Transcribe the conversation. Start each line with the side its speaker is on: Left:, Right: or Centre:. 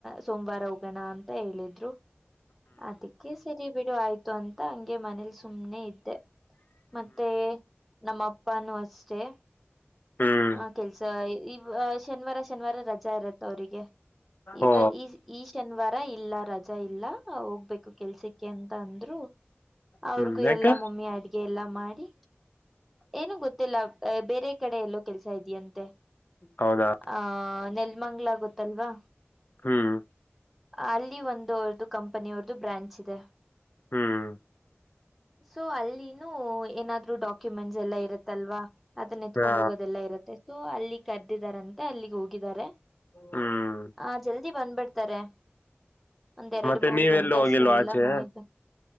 Centre: ಸೋಮವಾರ ಹೋಗೋಣ ಅಂತ ಹೇಳಿದ್ರು ಆದಿಕ್ ಕೇಸರಿ ಬಿಡು ಆಯ್ತು ಅಂತ ಹಂಗೆ ಮನೇಲಿ ಸುಮ್ನೆ ಇದ್ದೆ ಮತ್ತೆ ನಮ್ಮ ಅಪ್ಪಾನೂ ಅಷ್ಟೇ.
Left: ಹ್ಮ್
Centre: ಆ ಕೆಲ್ಸ ಇ ಶನಿವಾರ ಶನಿವಾರ ರಜಾ ಇರುತ್ತೆ ಅವರಿಗೆ ಇವ
Left: ಓ
Centre: ಈ ಈ ಶನಿವಾರ ಇಲ್ಲ ರ ರಜಾ ಇಲ್ಲ ಹೋಗ್ಬೇಕು ಕೆಲ್ಸಕ್ಕೆ ಅಂತ ಅಂದ್ರು ಅವ್ರಿಗು
Left: ಹ್ಮ್ ಯಾಕೆ
Centre: ಎಲ್ಲಾ ಮಮ್ಮಿ ಅಡ್ಗೆ ಅಡುಗೆ ಎಲ್ಲ ಮಾಡಿ ಏನು ಗೊತ್ತಿಲ್ಲ ಬೇರೆ ಕಡೆ ಎಲ್ಲ ಕೆಲ್ಸ ಇಧೆಯಂತೆ
Left: ಹೌದಾ
Centre: ಆಹ ನೆಲ್ಮಂಗ್ಲ ಗೊತ್ತಲ್ವಾ
Left: ಹ್ಮ್
Centre: ಅಲ್ಲಿ ಒಂದು ಅವರದು ಕಂಪನಿ ಅವ್ರದುು ಬ್ರಾಂಚ್ ಇದೆ
Left: ಹ್ಮ್
Centre: ಸೊ ಅಲ್ಲಿ ಏನಾದ್ರು ಡಾಕ್ಯುಮೆಂಟ್ಸ್ ಎಲ್ಲ ಇರುತ್ತಲ್ವಾ ಅದನ್ನ ಎತ್ಕೊಂಡ್
Left: ಹಾ
Centre: ಹೋಗ ಸೋ ಅಲ್ಲಿ ಕರೆದಿದ್ದಾರಂತೆ ಅಲ್ಲಿಗೆ ಹೋಗಿದ್ದಾರೆ
Left: ಹ್ಮ್
Centre: ಹಾ ಜಲ ಜಲ್ದಿ ಬಂದ್ಬಿಡ್ತಾರೆ ಒಂದ್ ಎರಡು
Left: ಮತ್ತೆ
Centre: ಮೂರ್
Left: ನೀವೆಲ್ಲೂ
Centre: ಗಂಟೆ
Left: ಹೋಗಿಲ್ವಾ
Centre: ಆಸ್ಟ್ರಲೆಲ್ಲಾ
Left: ಆಚೆ
Centre: ಮನೆಗ್ ಬ